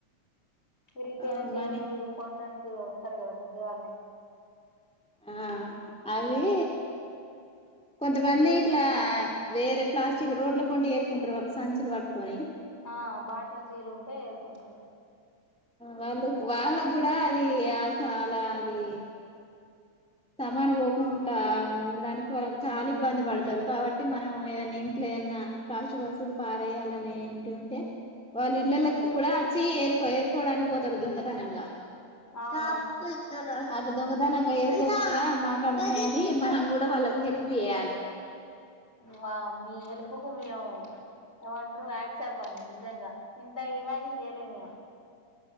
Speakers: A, on the left (about 20°); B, in the centre.
A: విరిగిపోయిన
B: ఆ
A: చీరలు
B: మనీ
A: కొండాన మీరు వస్తరు కదా ప్రొద్దుగాల్నే
B: ఆ అవి కొంతమంది
A: మీరు సేఫ్
B: ఇట్లా వేరే ప్లాస్టిక్ రోడ్ల కొంటే ఏరుకుంటారు వాళ్ళు సంచులు పట్టుకొని
A: ఆ బాటిల్ చీలు ఉంటే ఏరుకుంటారు.
B: వాళ్ళు వాళ్ళగూడ అది సాల అది సమాన పోకుండా ఉండడానికి వాళ్ళకు చాలా ఇబ్బంది పడతారు. కాబట్టి మనం ఏదైనా ఇంట్లో ఏదైనా కాశ బసులు పారేయాలని ఉండి ఉంటే వాళ్లు ఇళ్లలకి కూడా వచ్చి ఏర్కో ఏర్కోవడానికి పోతారు దొంగతనంగా
A: అవునవును
B: తప్ ఇధర్ అట్లా దొంగతనంగా ఏరు తుక <inaudible> మాకాడ ఉన్నాయని మనం కూడా వాళ్ళకి హెల్ప్ చేయ్యాలి.
A: వావ్ మీ హెల్ప్ కు వ్యో ఏవన్ త్రు హాట్సాప్ అండి నిజంగా ఇంత ఇమాజిన్ చేయలేదు మేము